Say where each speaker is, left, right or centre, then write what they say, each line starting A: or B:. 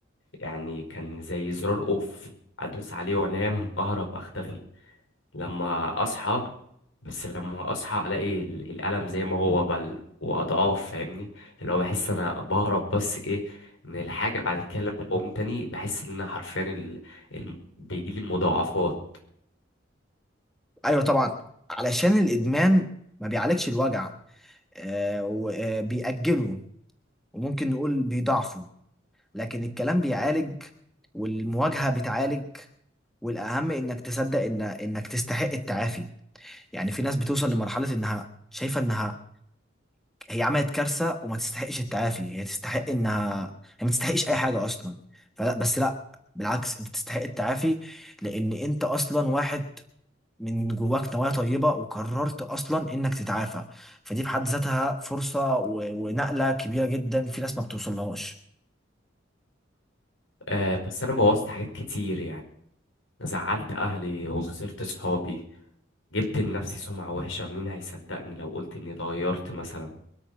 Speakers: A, on the left (about 85°); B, in the centre.
A: يعني كان زي زرار اوف ادوس عليه وانام اهرب اختفي لما اصحى بس لما اصحى الاقي ال- الالم زي ما هو بل واضعاف فاهمني اللي هو بحس انا بهرب بس ايه من الحاجه بعد كده لما بقوم تاني بحس ان انا حرفيا ال... ال... بيجي لي مضاعفات
B: ايوه طبعا علشان الادمان ما بيعالجش الوجع آه وبيأجله وممكن نقول بيضعفه لكن الكلام بيعالج والمواجهه بتعالج والاهم انك تصدق ان انك تستحق التعافي يعني في ناس بتوصل لمرحلة انها شايفة انها هي عملت كارثة وما تستحقش التعافي هي تستحق انها هي ما تستحقش اي حاجة اصلا فلا بس لا بالعكس انت تستحق التعافي لان انت اصلا واحد من جواك نوايا طيبة وقررت اصلا انك تتعافى فدي في حد ذاتها فرصة و... ونقلة كبيرة جدا في ناس ما بتوصلهاش
A: آه بس انا بوظت حاجات كتير يعني زعلت اهلي وخسرت صحابي جبت لنفسي سمعه وحشه مين هيصدقني لو قلت اني اتغيرت مثلا